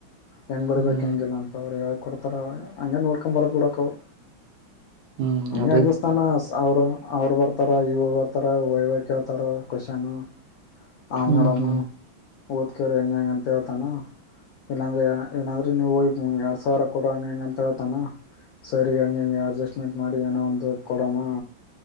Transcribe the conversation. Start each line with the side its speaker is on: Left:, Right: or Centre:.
Left: ಹೆಂಗ್ ಬರಬೇಕು
Right: ಹ್ಮ್
Left: ಹೆಂಗಿಲ್ಲ ಅಂತವ್ರು ಕೊಡ್ತರ ಅವಾಗ ಅಂಗೆ ನೋಡ್ಕ ಬರ್ದ ಬುಡಕ್ಕ -
Right: ಹ್ಮ್ ಅ
Left: ಹೆದ್ರುಸ್ತಾನ ಸಾವ್ರ ಅವ್ರ್ ಬರ್ತಾರ ಇವ್ರು ಬರ್ತಾರ ವೈವಾ ಕೇಳ್ತಾರ ಕೊಷೆನ್ನು. ಆ
Right: ಹ್ಮ್
Left: ನಾಡಮ್ಮ
Right: ಹ್ಮ್
Left: ಓದ್ಕ್ ರಿ ಹೆಂಗ್ ಹೆಂಗಂತ ಹೇಳ್ತಾನ ಇಲ್ಲಂದ್ರೆ ಏನದ್ರು ನೀವ್ ಹೊಗ್ ಎರಡ್ ಸಾವಿರ ಕೊಡು ಹಂಗ ಹಿಂಗ ಅಂತ ಹೇಳ್ತಾನ. ಸರಿ ಹಂಗೆ ಹಿಂಗೆ ಅಡ್ಜಸ್ಟ್ಮೆಂಟ್ ಮಾಡಿ ಏನೋ ಒಂದು ಕೊಡಮ್ಮ.